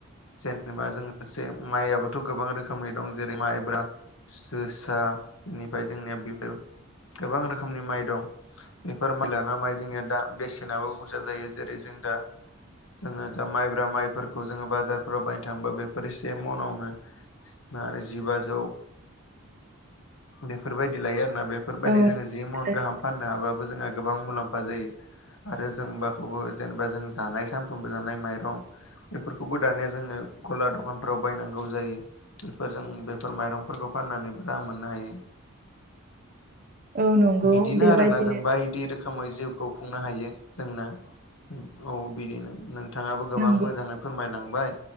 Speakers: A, on the left (about 75°); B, on the right (about 40°).
A: जेनेबा जोंसे माइआबोथ' गोबां रोखोमनि दं जेरै माइब्रा जोसा इनिफ्राय जोंनिया बेफोर गोबां रोखोमनि माइ दं। बेफोर माइ लाना माइ जोंनिया दा बेसेनाबो बुरजा जायो जेरै जों दा जोङो दा माइब्रा माइफोरखौ जोङो बाजारफोराव बायनो थाङोबा बेफोर एसे मनावनो मा होनो जिबाजौ बेफोरबायदि लायो आरोना बे बेफोरबायदि
B: औ
A: जोङो जि
B: थारैनो
A: मन गाहाम फाननो हाबाबो जोंहा गोबां मुलाम्फा जायो आरो जों बा बेखौबो जेनेबा जों जानाय सानफ्रोमबो जानाय माइरं बेफोरखौबो दानाया जोङो गला दखानफ्राव बायनांगौ जायो। बेफोरजों बेफोर माइरंफोरखौ फाननानैबो रां मोननो हायो।
B: औ नंगौ
A: बिदिनो
B: बेबायदिनो
A: आरोना जों बायदि रोखोम रोखोमै जिउखौ खुंनो हायो जोंना औ बिदिनो नोंथाङाबो गोबां
B: नंगौ
A: मोजाङै फोरमायलांबाय